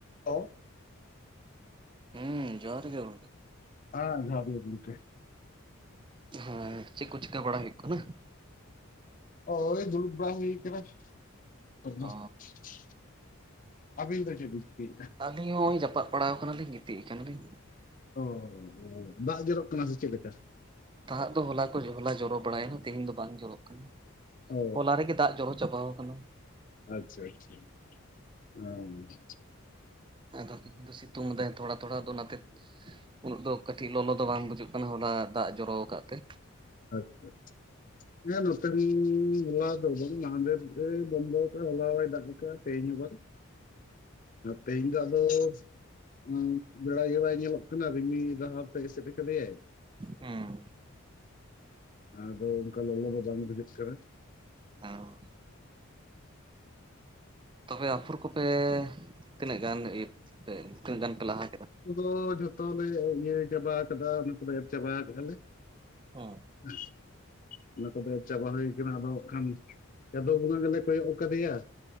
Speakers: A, on the left; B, on the right.
A: Hello.
B: ᱦᱩᱸ ᱡᱚᱦᱟᱨ ᱜᱮ ᱜᱚᱝᱠᱮ᱾
A: ᱦᱟᱸ ᱡᱚᱦᱟᱨ ᱜᱮ ᱜᱚᱢᱠᱮ᱾
B: ᱦᱳᱭ ᱪᱮᱫ ᱠᱚ ᱪᱤᱠᱟᱹ ᱵᱟᱲᱟ ᱦᱩᱭᱩᱜ ᱠᱟᱱᱟ?
A: ᱳᱭ ᱫᱩᱲᱩᱯ ᱵᱟᱲᱟ ᱦᱩᱭ ᱠᱟᱱᱟ <unintelligible>
B: ᱚ
A: ᱟᱵᱤᱱ ᱫᱚ ᱪᱮᱫ ᱵᱤᱱ ᱪᱤᱠᱟ ᱭᱮᱫᱼᱟ?
B: ᱟᱹᱞᱤᱧ ᱦᱚᱸᱜᱼᱚᱭ ᱡᱟᱯᱟᱜ ᱵᱟᱲᱟᱣ ᱠᱟᱱᱟᱞᱤᱧ ᱜᱤᱛᱤᱡ ᱠᱟᱱᱟ ᱞᱤᱧ᱾
A: ᱚ ᱫᱟᱜ ᱡᱚᱨᱚᱜ ᱠᱟᱱᱟ ᱥᱮ ᱪᱮᱫ ᱞᱮᱠᱟ?
B: ᱫᱟᱦᱟᱜ ᱫᱚ ᱦᱚᱞᱟ ᱠᱚ ᱦᱚᱞᱟ ᱡᱚᱨᱚ ᱵᱟᱲᱟᱭ ᱱᱟ ᱛᱮᱦᱤᱧ ᱫᱚ ᱵᱟᱝ ᱡᱚᱨᱚ ᱠᱟᱱᱟ᱾
A: ᱚ
B: ᱦᱚᱞᱟ ᱨᱮᱜᱮ ᱫᱟᱜ ᱡᱚᱨᱚ ᱪᱟᱵᱟᱣ ᱠᱟᱱᱟ᱾
A: ᱟᱪᱪᱷᱟ ᱟᱪᱪᱷᱟ ᱦᱚᱸᱭ
B: ᱟᱫᱚ ᱛᱮᱦᱤᱧ ᱫᱚ ᱥᱤᱛᱩᱝ ᱮᱫᱟ ᱛᱷᱚᱲᱟ ᱛᱷᱚᱲᱟ ᱫᱚ ᱚᱱᱟᱛᱮ ᱩᱱᱟᱹᱜ ᱫᱚ ᱠᱟᱹᱴᱤᱡ ᱞᱚᱞᱚ ᱫᱚ ᱵᱟᱝ ᱵᱩᱡᱩᱜ ᱠᱟᱱᱟ᱾ ᱦᱚᱞᱟ ᱫᱟᱜ ᱡᱚᱨᱚ ᱟᱠᱟᱫ ᱛᱮ,
A: ᱟᱪᱪᱷᱟ ᱟᱪᱪᱷᱟ ᱦᱮᱸ ᱱᱚᱛᱮᱱ ᱦᱚᱞᱟ ᱫᱚ ᱵᱟᱝ ᱢᱟᱦᱫᱮᱨ ᱵᱚᱱᱫᱚ ᱟᱠᱟᱟᱜᱼᱟ, ᱦᱚᱞᱟ ᱵᱟᱭ ᱫᱟᱜ ᱟᱠᱟᱫᱼᱟ ᱛᱮᱦᱮᱧ ᱦᱚᱸ ᱵᱟᱝ᱾ ᱛᱮᱦᱮᱧ ᱫᱚ ᱟᱫᱚ ᱦᱩᱸ ᱵᱮᱲᱟᱭ ᱜᱮ ᱵᱟᱭ ᱧᱮᱞᱚᱜ ᱠᱟᱱᱟ ᱨᱤᱢ ᱰᱟᱦᱟᱨ ᱛᱮᱭ ᱮᱥᱮᱫ ᱠᱟᱫᱮᱭᱟᱭ᱾
B: ᱦᱩᱸ
A: ᱟᱫᱚ ᱚᱱᱠᱟ ᱞᱚᱞᱚ ᱫᱚ ᱵᱟᱝ ᱵᱩᱡᱩᱜ ᱠᱟᱱᱟ᱾
B: <unintelligible> ᱛᱚᱵᱮ ᱟᱯᱷᱚᱨ ᱠᱚᱯᱮ ᱛᱤᱱᱟᱹᱜ ᱜᱟᱱ ᱛᱤᱱᱟᱹᱜ ᱜᱟᱱ ᱯᱮ ᱞᱟᱦᱟ ᱠᱮᱫᱟ?
A: ᱫᱚ ᱡᱷᱚᱛᱚ ᱞᱮ ᱤᱭᱟᱹ ᱪᱟᱵᱟ ᱠᱟᱫᱟ ᱢᱚᱛᱞᱚᱵ ᱮᱨ ᱪᱟᱵᱟ ᱠᱟᱫᱟᱞᱮ᱾
B: ᱚ,
A: <unintelligible> ᱚᱱᱟ ᱠᱚᱫᱚ ᱪᱟᱵᱟ ᱦᱩᱭ ᱠᱟᱱᱟ ᱟᱫᱚ ᱦᱟᱸᱠᱷᱟᱱ ᱪᱟᱸᱫᱳ ᱵᱚᱸᱜᱟ ᱜᱮᱞᱮ ᱠᱚᱭᱚᱜ ᱠᱟᱫᱮᱭᱟ᱾